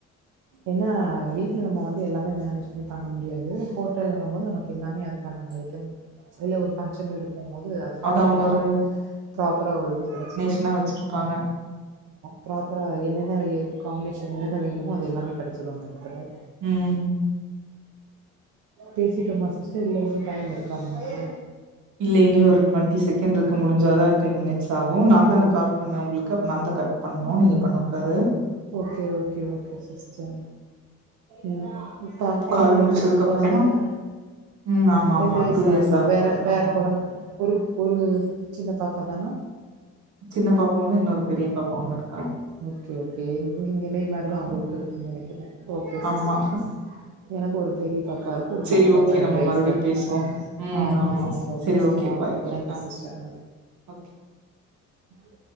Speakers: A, on the right (about 85°); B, on the right (about 70°).
A: ஏனா வீட்ல நம்ம வந்து எல்லாமே மேனேஜ் பண்ணி பண்ண முடியாது ஹோட்டல்ங்கும் போது நமக்கு எல்லாமே அதுக்கான அந்த ஐட்டம் இல்ல ஒரு பங்க்ஷன் போது அதுக்கான
B: அது அவங்க
A: எல்லா
B: ஒரு
A: ப்ராப்பரா ஒரு இது கிடச்சது
B: இன்ன வெச்சிருப்பாங்க
A: ப்ராப்பரா என்னென்ன எ காம்பினேஷன் என்னென்ன வேணுமோ அது எல்லாமே கெடச்சிரு அந்த எடத்துல
B: ம்
A: பேசிட்டோமா சிஸ்டர் இல்ல இன்னு டைம் இருக்கா நமக்கு
B: இல்ல இன்னி ஒரு டுவெண்டி செகண்ட் இருக்கு முடிஞ்சாதா டென் மினிட் ஸ் ஆகு நாந்தான
A: ஓகே.
B: கால் பண்ண உங்ளுக்கு அப்ப நாந்தா கட் பண்ணு நீங்க பண்ணக்கூடாது
A: ஓகே, ஓகே, ஓகே சிஸ்டர். ம். இப்ப உங்க கொழந்த
B: கால்
A: ரொம்ப
B: முடிச்சதுக்கு
A: சின்ன
B: அப்புறமா
A: கொழந்தையா
B: ம் ஆமா
A: ரெண்டு
B: ஆமா
A: வயிசாகுதா
B: டூ இயர்ஸ் ஆக
A: வேற
B: போகுது
A: வேற
B: ஆமா
A: கொழந் ஒரு ஒரு சின்ன பாப்பா தானா
B: சின்ன பாப்பா ஒன்னு இன்னொரு பெரிய பாப்பா ஒன்னு இரு
A: ஓகே ஓகே நீங்க எனைய மாரிதா
B: ஆ
A: உங்களுக்கு இருக்கு நெனைக்கறே ஓகே சிஸ்டர்
B: ஆமா
A: எனக்கு ஒரு பெரிய பாப்பா இருக்கு ஒரு குட்டி
B: சரி
A: பாப்பா
B: ஓகே
A: ரெண்டு
B: நம்ம
A: வயசாகு
B: மறுபடியும் பேசுவோம் ம்
A: ஆ ஓகே
B: ஆமா
A: சிஸ்டர் ஓகே
B: சரி
A: சிஸ்டர் ஆ
B: பாய் பாய்
A: தேங்க்யு
B: ஆ
A: சிஸ்டர்
B: ஓகே
A: அ